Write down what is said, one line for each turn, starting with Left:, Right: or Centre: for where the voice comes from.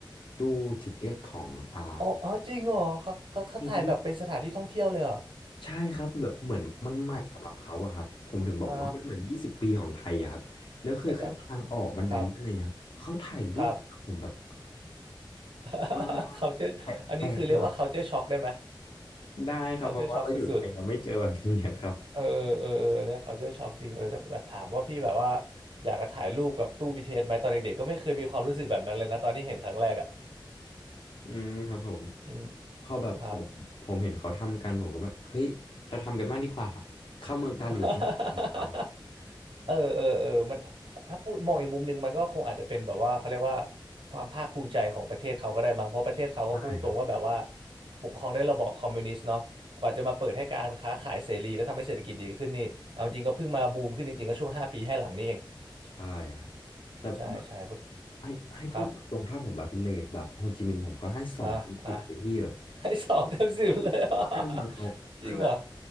Left: ตู้ทิกเก็ตของอ่า
Right: อ๋ออ๋อจริงเหรอเขาเขาเขาถ่ายแบบเป็นสถานที่ท่องเที่ยวเลยเหรอ
Left: จริงครับพี่ใช่ครับแบบเหมือนมันใหม่สำหรับเขาอะครับผมถึงบอกว่ามันเหมือนยี่สิบปีของไทยอะครับแล้วคือแค่ทางออกบันไดเลื่อนอะไรเงี้ยครับเขาถ่ายรูปกับผมแบบ
Right: <laughs> อ่าไม่แต่ครับครับ <laughs>
Left: ่
Right: เขาจะอันนี้คือเรียกว่าเขาเจอช็อกได้ไหม
Left: แปลกแปลกใหม่ได้ครับเพราะว่าเราอยู่ไทยเราไม่เจอแบบนี้ครับ
Right: เขาเจอช็อกสุด เออเออเออเนี่ย culture shock จริงเออถ้าแบบถามว่าพี่แบบว่าอยากจะถ่ายรูปกับตู้บีทีเ t สไหมตอนเด็กๆก็ไม่เคยมีความรู้สึกแบบนั้นเลยนะตอนที่เห็นครั้งแรกอ่ะ
Left: อืมครับผม
Right: อืม
Left: พอแบบผมผมเห็นเขาทำกันผมก็แบบเฮ้ยเราทำกันบ้างดีกว่า
Right: ครับ
Left: เข้าเมืองตาหลิวต้อง
Right: <laughs>
Left: ทำอะไร
Right: เออเออเออมันถ้าพูดมองอีกมุมหนึ่งมันก็คงอาจจะเป็นแบบว่าเขาเรียกว่าความภาคภูมิใจของประเทศเขาก็ได้มั้งเพราะประเทศเขาก็พุ่งตรงว่าแบบว่า
Left: ใช่ครับ
Right: ปกครองด้วยระบอบคอมมิวนิสต์เนาะกว่าจะมาเปิดให้การค้าขายเสรีและทำให้เศรษฐกิจดีขึ้นนี่เอาจริงก็เพิ่งมาบูมขึ้นจริงๆก็ช่วงห้าปีให้หลังนี้เอง
Left: ใช่ครับแต่แบบ
Right: ใช่ใช่
Left: ให้ให้พูดตรงๆถ้าผมแบบเลทแบบโฮจิมินห์ผมก็ให้สองเป็นสิบเลยที่แบบ
Right: ครับอ่ะอ่ะ ให้สองเต็มสิบเลยอ่ะ
Left: บ้านเมืองเขาคือแบบ
Right: <laughs> จริงเหรอ